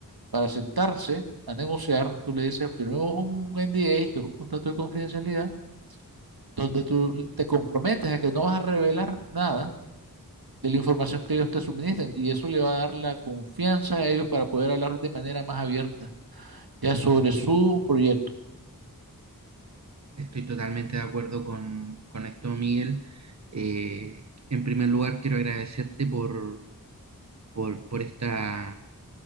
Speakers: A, on the right (about 80°); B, on the right (about 50°).
A: para sentarse a negociar, tú le dices, firmemos un NDA, que es un contrato de confidencialidad, donde tú te comprometes a que no vas a revelar nada de la información que ellos te suministran y eso le va a dar la confianza a ellos para poder hablar de manera más abierta ya sobre su proyecto.
B: Estoy totalmente de acuerdo con, con esto, Miguel. Eh, en primer lugar, quiero agradecerte por, por, por esta,